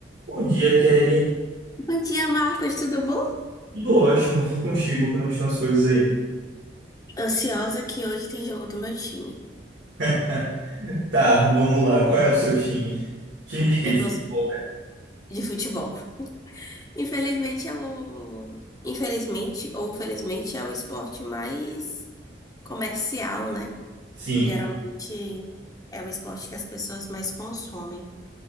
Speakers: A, on the right; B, on the left.
A: Bom dia, Kelly.
B: Bom dia, Marcos, tudo bom?
A: Tudo ótimo. E contigo? Como é que estão as coisas aí?
B: Ansiosa que hoje tem jogo do meu time.
A: <laughs> Tá, vamos lá. Qual é o seu time? Time de quê?
B: Eu
A: De
B: tô
A: futebol, né?
B: de futebol. Infelizmente é o... Infelizmente ou felizmente é o esporte mais comercial, né?
A: Sim.
B: Geralmente é o esporte que as pessoas mais consomem.